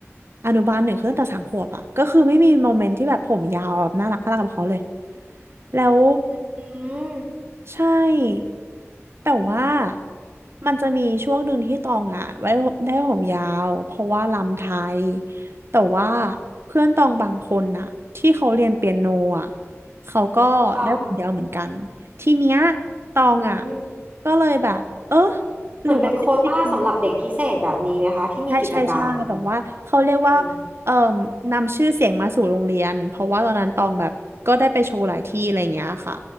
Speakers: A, on the right; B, on the right.
A: อนุบาลหนึ่งคือตั้งแต่สามขวบอะก็คือไม่มีโมเมนต์ที่แบบผมยาวแบบน่ารักน่ารักกับเขาเลยแล้ว
B: อืม
A: ใช่แต่ว่ามันจะมีช่วงหนึ่งที่ตองอ่ะไว้ผมได้ผมยาวเพราะว่าลำไทยแต่ว่าเพื่อนตองบางคนน่ะที่เขาเรียนเปียโนอ่ะเขาก็ได้ผมยาวเหมือนกัน
B: ค่ะ
A: ทีเนี้ยตองอ่ะ
B: อืม
A: ก็เลยแบบเออ
B: เหมือนเป็นโควต้าสำหรับเด็กพิเศษแบบนี้ไหมคะที่มีกิจกรรม
A: หรือว่าจริงๆแล้ว ใช่ใช่ใช่แบบว่าเขาเรียกว่าเอ่มนำชื่อเสียงมาสู่โรงเรียนเพราะว่าตอนนั้นตองแบบก็ได้ไปโชว์หลายที่อะไรอย่างเงี้ยค่ะ
B: อ